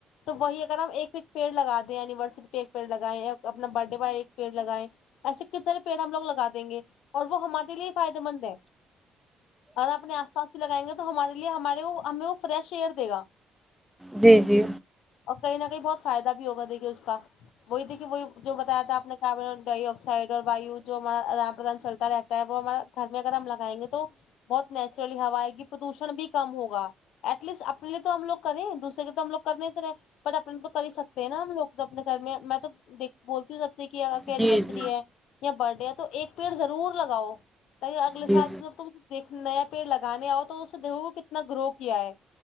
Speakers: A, on the left; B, in the centre.
A: تو وہی اگر ہم ایک ایک پیڑ لگا دیں اینیورسری پہ ایک پیڑ لگائیں یا اپنا برتڈے پے ایک پیڑ لگائیں ایسے کتنے پیڑ ہم لوگ لگا دیں گے اور وہ ہمارے لیے فائدے مند ہے اگر اپنے آس پاس بھی لگائیں گے تو ہمارے لیے ہمارے وہ ہمیں وہ فریش ایر دے گا
B: جی جی
A: اور کہیں نہ کہیں بہت فائدہ بھی ہوگا دیکھیے اس کا وہی دیکھیے وہ جو بتایا تھا آ نے کاربن ڈائی آکسائڈ اور وایو جو ہمارا آدان پردان چلتا رہتا ہے وہ ہمارا گھر میں اگر ہم لگائیں گے تو بہت نیچرلی ہوا آئے گی پردوشن بھی کم ہوگا ایٹ لیسٹ اپنے لیے تو ہم لوگ کریں دوسرے کے تو ہم لوگ کرنے سے رہے بٹ اپنے تو کر ہی سکتے ہیں نا ہم لوگ تو اپنے گھر میں میں تو دیک بولتی ہوں دیکھیے اگر کہیں
B: جی
A: ایننیورسری
B: جی جی جی
A: ہے یا برتھڈے ہے تو ایک پیڑ ضرور لگاؤ کہیں اگلے
B: جی
A: سال جب تم ایک نیا پیڑ لگانے آؤ تو اسے دیکھو کے کتنا گرو کیا ہے